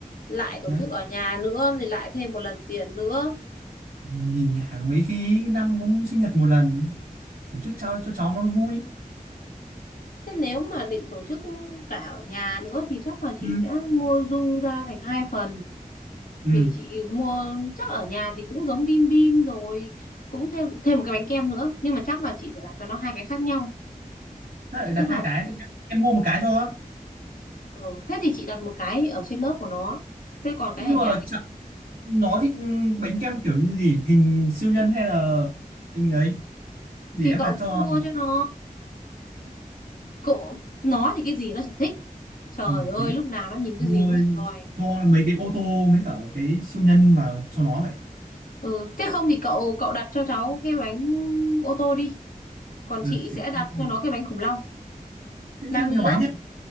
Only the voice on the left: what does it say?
Lại tổ
chức ở nhà nữa thì lại thêm một lần tiền nữa.
Thế nếu mà định tổ chức cả ở nhà nữa thì chắc là chị
sẽ mua du ra thành hai phần.
thì chị mua chắc ở nhà thì cũng giống bim bim rồi cũng thêm thêm một cái bánh kem nữa nhưng mà chắc là chị phải đặt cho nó hai cái khác nhau
tức là
ừ, thế thì chị đặt một cái ở trên lớp của nó thế còn cái
ở
nhà
thì,
thì
cậu
cứ mua cho nó cậu nó thì cái gì nó chả thích trời
ơi
lúc nào nó nhìn
cái gì nó chả đòi
ừ thế không thì cậu cậu đặt cho cháu cái bánh ô tô đi còn
chị
sẽ
đặt
cho nó cái bánh khủng long
mang
lên lớp